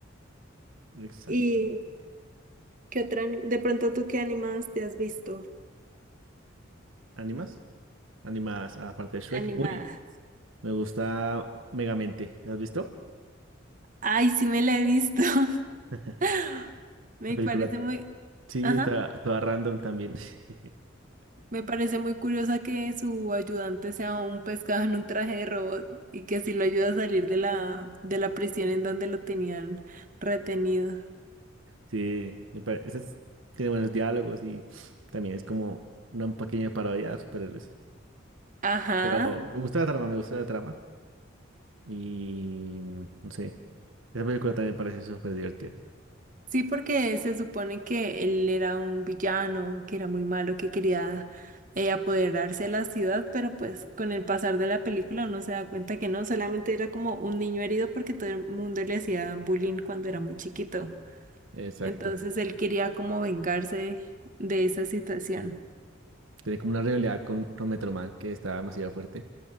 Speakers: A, on the right; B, on the right.
A: Exactamente.
B: ¿Y qué otra, ani- de pronto tú qué animadas te has visto?
A: ¿Animas? ¿Animas aparte de Shrek?
B: Animadas.
A: Uy, me gusta Megamente. ¿La has visto?
B: Ay, sí me la he visto.
A: <laughs> La
B: <laughs> Me
A: película,
B: parece muy,
A: sí,
B: ajá,
A: está toda random también. <laughs>
B: me parece muy curiosa que su ayudante sea un pescado en un traje de robot y que así lo ayuda a salir de la, de la prisión en donde lo tenían retenido.
A: Sí, me pare- esa es- tiene buenos diálogos y también es como una pequeña parodia a superhéroes.
B: Ajá.
A: Pero me gusta la trama, me gusta la trama. Y no sé. Esa película también me parece súper divertida.
B: Sí, porque se supone que él era un villano, que era muy malo, que quería eh, apoderarse de la ciudad, pero pues con el pasar de la película uno se da cuenta que no, solamente era como un niño herido porque todo el mundo le hacía bullying cuando era muy chiquito.
A: Exacto.
B: Entonces él quería como vengarse de esa situación.
A: Tiene como una rivalidad con, con Metro Man que está demasiado fuerte.